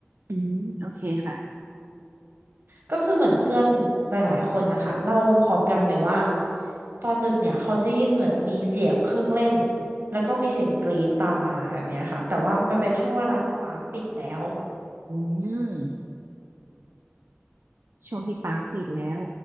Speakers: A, on the right; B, on the right.
A: อืมโอเคค่ะ
B: ก็คือเหมือนเพื่อนหลายๆคนนะคะเล่าพร้อมกันเลยว่าตอนดึกเนี่ยเขาได้ยินเหมือนมีเสียงเครื่องเล่นแล้วก็มีเสียงกรี๊ดตามมาแบบเนี้ยค่ะแต่ว่ามันเป็นช่วงเวลาที่ปาร์คปิดแล้ว
A: อืมช่วงที่ปางปิดแล้ว